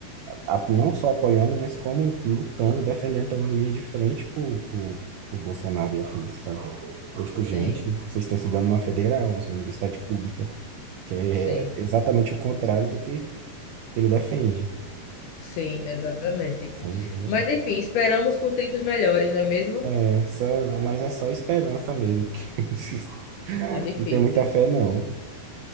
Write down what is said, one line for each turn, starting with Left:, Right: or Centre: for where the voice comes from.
Right: a- não só apoiando, mas como lutando, defendendo, tomando linha de frente pro, pro, pro Bolsonaro e afins, sabe? Eu, tipo, gente,
Left: Sim,
Right: vocês estão estudando numa federal, numa universidade pública, que é
Left: sim,
Right: exatamente o contrário do que ele defende.
Left: sim, exatamente.
Right: Sim,
Left: Mas enfim, esperamos por tempos melhores, não é mesmo?
Right: é, só, mas é só esperança mesmo, porque <laughs>
Left: Tá difícil.
Right: não tem muita fé, não,